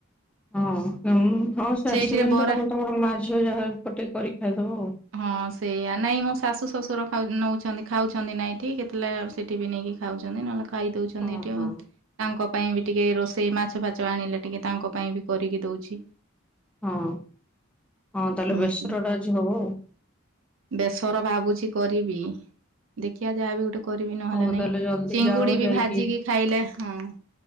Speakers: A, in the centre; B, on the right.
A: ହଁ ଉଁ ହଁ ସେ
B: ସେଇଥିରେ
A: ଆସିବେନିତ
B: ବରା
A: ତମେ ତମର ମାଝିଅ ଯାହା ପଟେ କରି ଖାଇଦବ ଆଉ।
B: ହଁ ସେଇଆ ନାଇଁ ମୋ ଶାଶୁ ଶଶୁର ଖାଉ ନଉଛନ୍ତି ଖାଉଛନ୍ତି ନାଇଁଠି କେତେବେଳେ ସେଠିବି ନେଇକି ଖାଉଛନ୍ତି ନହେଲେ ଖାଇଦଉଛନ୍ତି
A: ହଁ
B: ଏଠି
A: ହଁ।
B: ଆ ତାଙ୍କ ପାଇଁବି ଟିକେ ରୋଷେଇ ମାଛ ଫାଛ ଆଣିଲେ ଟିକେ ତାଙ୍କ ପାଇଁବି କରିକି ଦଉଛି।
A: ହଁ ହଁ ତାହେଲେ
B: ହୁଁ।
A: ବେସରଟା ଆଜି ହବ ଆଉ।
B: ବେସର ଭାବୁଛି କରିବି ଦେଖିବା ଯାହାବି ଗୋଟେ କରିବି ନହେଲେ
A: ହଉ
B: ନାଇଁ
A: ତାହେଲେ ଜଲ୍ଦି
B: ଚିଙ୍ଗୁଡ଼ିବି
A: ଯାଅ ଯାଇକି
B: ଭାଜିକି ଖାଇଲା ହଁ।